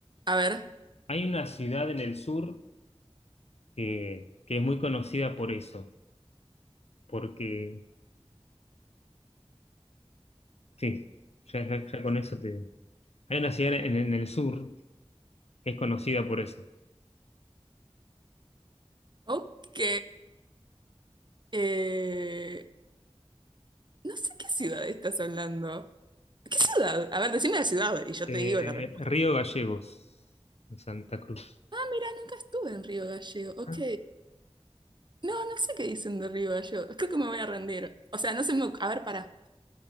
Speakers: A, on the right; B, on the left.
A: A ver.
B: Hay una ciudad en el sur que que es muy conocida por eso porque Sí, ya, ya- ya con eso te... Hay una ciudad en, en el sur que es conocida por eso.
A: Ok. Eh, no sé qué ciudad estás hablando. ¿Qué ciudad? A ver, decime la ciudad y yo
B: Eh,
A: te digo la respuesta.
B: Río Gallegos, en Santa Cruz.
A: Ah, mira, nunca estuve en Río Gallego. Ok.
B: Ah.
A: No, no sé qué dicen de Río Gallego. Creo que me voy a rendir. O sea, no sé. A ver, pará.